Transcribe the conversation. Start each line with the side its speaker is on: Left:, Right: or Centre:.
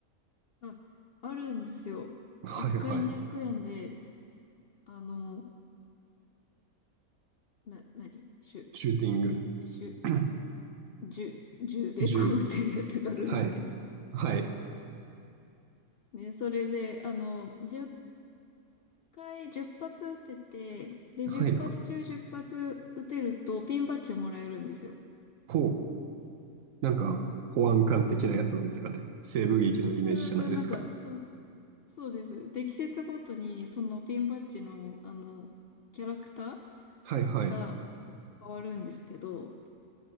Left: あ、あるんですよ。
Right: はいはい、
Left: 1回200円で、あの、な、なにシュ、
Right: シューティング、
Left: シュ、
Right: <clears throat>
Left: 銃、銃でこう撃てるやつがあるんですけど。
Right: <coughs> 銃、はい、はい、
Left: ね、それで、あの、10、回、10発撃てて、で、
Right: はい、
Left: 10発中10発撃てるとピンバッジをもらえるんですよ。
Right: ほう、なんか保安官的なやつなんですかね。西部劇のイメージじゃないですか。
Left: あなんか、そう、そうです。で、季節ごとに、そのピンバッジの、あの、キャラクタ
Right: はいはい。
Left: ーが変わるんですけど、